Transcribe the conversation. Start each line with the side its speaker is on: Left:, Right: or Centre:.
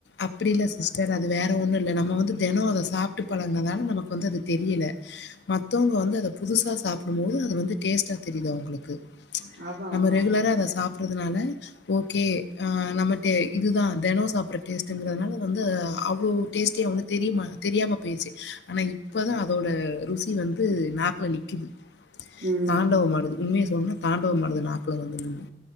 Left: அப்பிடி இல்ல சிஸ்டர் அது வேற ஒன்னு இல்ல நம்ம வந்து தெனோ அத சாப்பிட்டு பழகுங்க தால நமக்கு வந்து தெரியல மத்தவங்க வந்து அத புதுசா சாப்பிடும் போது அது வந்து டேஸ்ட்டா தெரியுது அவுங்களுக்கு
Right: அதா
Left: நம்ம
Right: அதா
Left: ரெகுலரா
Right: அதா
Left: அத சாப் இருக்குறதுனால ஓகே ஆ நம்ம இது தா தெனோ சாப் டேஸ்டுங்கிறதுனால வந்து அவ்ளோ டேஸ்ட்டியா வந்து தெரிய தெரியாம போயிடுச்சு ஆனா இப் இப்பதா அதோட ருசி வந்து நாக்கில நிக்கிது
Right: ம்
Left: தாண்டவ மாடுது உண்மையே சொன்னுனா தாண்டவ மாடுது நாக்குல வந்து நின்னு